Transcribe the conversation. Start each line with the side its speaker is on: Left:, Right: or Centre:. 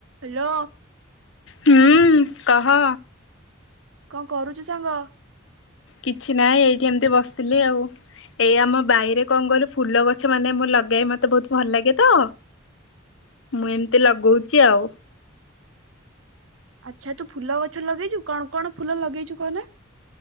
Right: Hello.
Left: ହୁଁ କହ।
Right: କଣ କରୁଛୁ ସାଙ୍ଗ?
Left: କିଛି ନାଇ ଏଇଠି ଏମିତି ବସିଥିଲି ଆଉ। ଏଇ ଆମ ବାଇରେ କଣ କହିଲୁ ଫୁଲ ଗଛ ମାନେ ମୁଁ ଲଗାଏ ମତେ ବହୁତ୍ ଭଲ୍ ଲାଗେ ତ। ମୁଁ ଏମିତି ଲଗଉଚି ଆଉ।
Right: ଆଚ୍ଛା ତୁ ଫୁଲ ଗଛ ଲଗେଇଚୁ କଣ କଣ ଫୁଲ ଲଗେଇଚୁ କହନା?